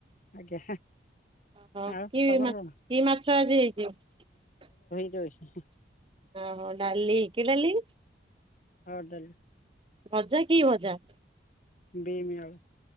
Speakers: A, on the left; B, on the right.
A: ଆଜ୍ଞା
B: ହ
A: ଆଉ
B: କି
A: ତମର କଣ
B: କି ମାଛ ଆଜି ହେଇଯିବ।
A: ଯ
B: ହ ହଉଣ୍ଡାଲି କିଡଲି
A: ହଉଦଲ
B: ଭଜା କି ଭଜା
A: ବମିଆଳ